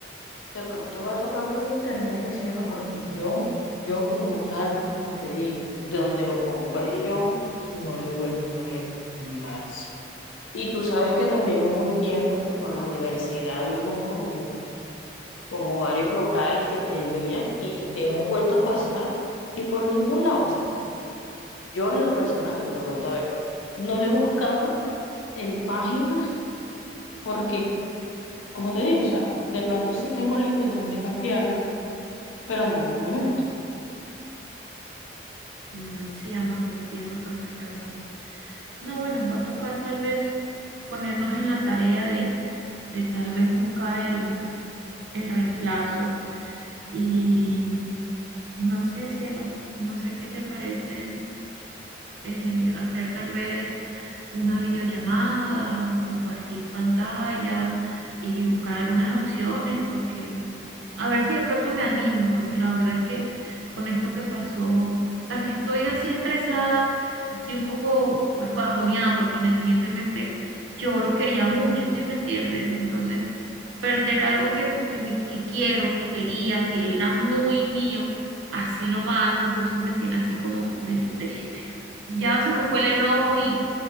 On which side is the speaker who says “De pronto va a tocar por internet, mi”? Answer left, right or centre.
Left